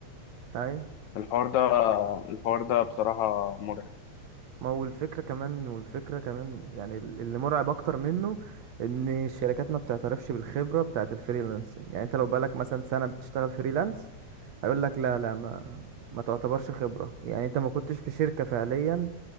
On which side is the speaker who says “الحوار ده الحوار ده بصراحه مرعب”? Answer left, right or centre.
Left